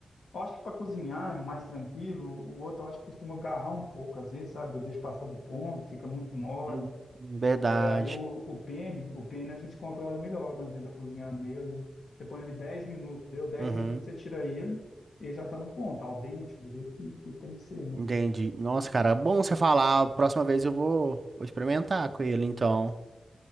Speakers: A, on the left; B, on the right.
A: Eu acho que para cozinhar é mais tranquilo. O outro eu acho que costuma agarrar um pouco, às vezes, sabe? Eu deixo passar do ponto, fica muito mole.
B: Hum, verdade.
A: É, aí o, o pene, o pene a gente controla melhor quando a gente tá cozinhando nele, né? Você põe ele 10 minutos, deu dez
B: Uhum,
A: minutos, você tira ele, ele já tá no ponto, ao dente, do jeito que, que tem que ser, né?
B: entendi. Nossa, cara, é bom você falar, a próxima vez eu vou, vou experimentar com ele, então.